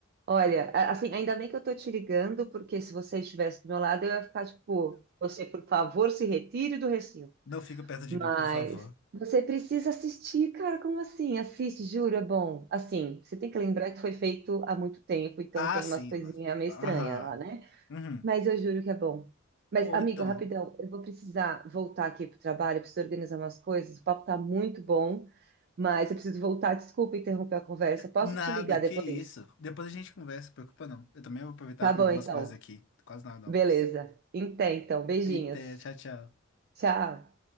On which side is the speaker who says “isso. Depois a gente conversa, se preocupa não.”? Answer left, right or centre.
Left